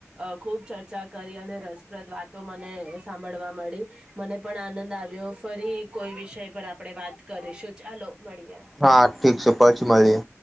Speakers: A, on the right; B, in the centre.
A: અહ ખુબ ચર્ચા કરી અને રસપ્રદ વાતો મને સાંભળવા મળી મને પણ આનંદ આવ્યો ફરી કોઈ વિષય પર આપડણે વાત કરીશું ચાલો મળીએ.
B: હા ઠીક છે પછી મળીએ,